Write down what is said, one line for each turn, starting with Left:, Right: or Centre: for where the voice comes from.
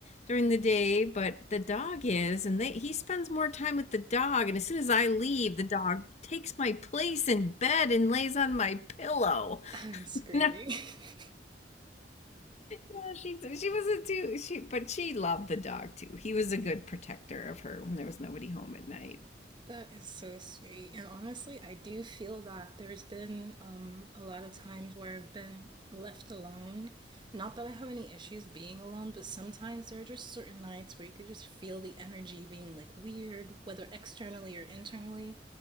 Left: during the day, but the dog is, and they, he spends more time with the dog. And as soon as I leave, the dog takes my place in bed and lays on my pillow. <laughs>
Right: I'm screaming.
Left: No,
Right: <laughs>
Left: no, she she wasn't too she, but she loved the dog too. He was a good protector of her when there was nobody home at night.
Right: That is so sweet. And honestly, I do feel that there's been um, a lot of times where I've been left alone. Not that I have any issues being alone, but sometimes there are just certain nights where you could just feel the energy being like weird, whether externally or internally,